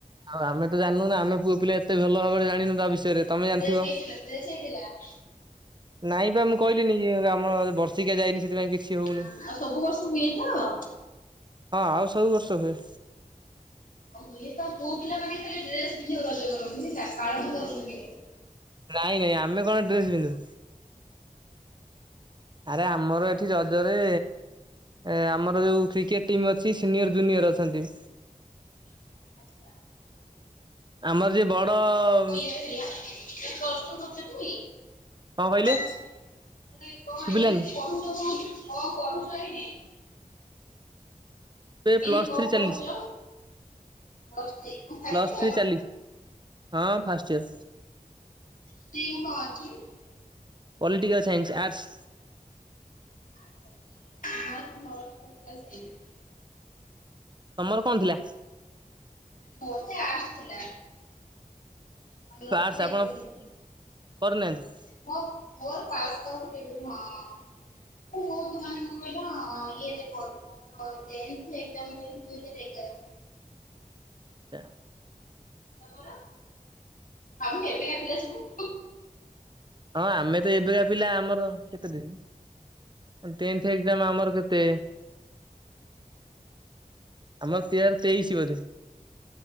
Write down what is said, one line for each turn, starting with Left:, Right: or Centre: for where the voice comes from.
Right: ଆଉ ଆମେ ତ ଜାଣୁ ନାଁ ଆମ ପୁଅ ପିଲା ଏତେ ଭାବରେ ଜାଣିନୁ ତା ବିଷୟରେ ତମେ
Left: <unintelligible>
Right: ଜାଣିଥିବ ନାଇଁ ପା ମୁଁ କହିଲିନି କି ମର ବର୍ଷିକା ଯାଇନି ସେଥିପାଇଁ କିଛି ହଉନି
Left: ଆ ଆଉ ସବୁ ବର୍ଷ ହୁଏ ତ?
Right: ହଁ ଆଉ ସବୁ ବର୍ଷ ହୁଏ।
Left: ଆଉ ହୁଏତ ପୁଅ ପିଲା ମାନେ ଖାଲି ଡ୍ରେସ ପିନ୍ଧି ରଜ କରନ୍ତି ହେଲା ପାଳନ କରନ୍ତିନି କିଛି
Right: ନାଇଁ ନାଇଁ ଆମେ କଣ ଡ୍ରେସ ପିନ୍ଧୁ? ଆରେ ଆମର ଏଠି ରଜରେ ଏ ଆମର ଯୋଉ କ୍ରିକେଟ ଟିମ୍ ଅଛି ସିନିୟର ଜୁନିୟର ଅଛନ୍ତି।
Left: ଆଚ୍ଛା
Right: ଆମର ଯିଏ ବଡ ଡ଼
Left: <unintelligible>
Right: କଣ କହିଲେ
Left: <unintelligible>
Right: ଶୁଭିଲାନି ପ୍ଲସ୍
Left: ଏଇନେ କଣ
Right: ଥ୍ରୀ ଚାଲିଛି
Left: ପଢୁଛ? ପ୍ଲସ ଥ୍ରୀ କଣ ଫାଷ୍ଟ
Right: ପ୍ଲସ୍ ଥ୍ରୀ
Left: ଇୟର
Right: ଚାଲିଛି। ହଁ first ear.
Left: <unintelligible>
Right: Political science arts.
Left: <unintelligible>
Right: ତମର କଣ ଥିଲା?
Left: ମୋର ତ ଆଟ୍ସ ଥିଲା। ଅନର୍ସ
Right: ପାସ
Left: ଥିଲା
Right: ଆପଣ
Left: ଇକୋନୋମିକ୍ସ
Right: କରିନାହାନ୍ତି?
Left: ଥିଲା। <unintelligible> ମୋ ପୁଅ ମାନେ କଣ କହିଲ ଇଏ ରେ କରିବ ଟେନ୍ଥ ଏକ୍ଜାମ ଦେଇଛି ଦୁଇ ହଜାର ଏଗାର
Right: <inaudible>
Left: ତମର? ଆମ ଏବେକା ପିଲା ସବୁ
Right: ହଁ ଆମେ ତ ଏବେକା ପିଲା ଆମର କେତେ ଦେବି? ଟେନ୍ଥ ଏକ୍ଜାମ ଆମର କେତେ ଆମର <unintelligible> ତେଇଶି ବୋଧେ?